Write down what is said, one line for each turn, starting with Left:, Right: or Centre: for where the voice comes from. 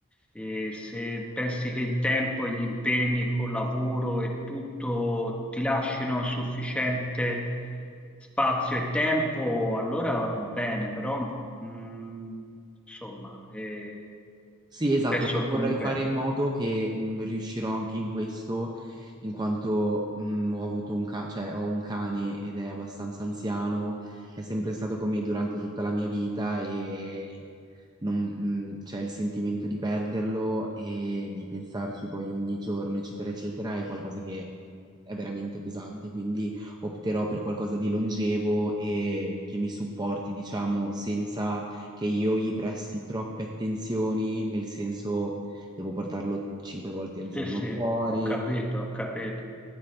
Centre: e se pensi che il tempo e gli impegni col lavoro e tutto ti lasciano sufficiente spazio e tempo, allora va bene, però mh, insomma, eh,
Right: Sì, esatto,
Centre: penso
Right: fa- vorrei
Centre: che comunque
Right: fare in modo che mh, riuscirò anche in questo, in quanto mh, ho avuto un ca- cioè, ho un cane ed è abbastanza anziano, è sempre stato con me durante tutta la mia vita e non- mh, c'è il sentimento di perderlo e di pensarci poi ogni giorno, eccetera, eccetera, è qualcosa che mh, è veramente pesante, quindi opterò per qualcosa di longevo e che mi supporti, diciamo, senza che io gli presti troppe attenzioni, nel senso devo portarlo cinque volte al giorno
Centre: Sì, sì,
Right: fuori.
Centre: ho capito, ho capito,